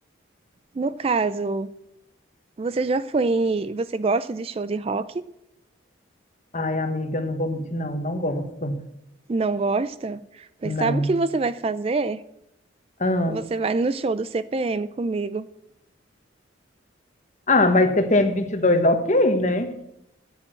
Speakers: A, on the right; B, on the left.
A: No caso, você já foi em... Você gosta de show de rock?
B: Ai, amiga, não vou mentir, não, não gosto.
A: Não gosta? Pois
B: Não.
A: sabe o que você vai fazer?
B: Ahn,
A: Você vai no show do CPM comigo.
B: Ah, mas CPM dois, ok, né?